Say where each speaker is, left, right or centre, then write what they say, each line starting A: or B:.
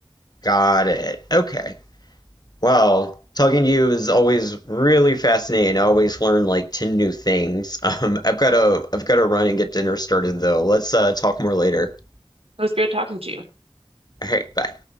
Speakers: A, on the left; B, on the right.
A: Got it. Okay. Well, talking to you is always really fascinating. I always learn like 10 new things. <laughs> Um, I've got to I've got to run and get dinner started though. Let's uh, talk more later.
B: It was great talking to you.
A: All right, bye.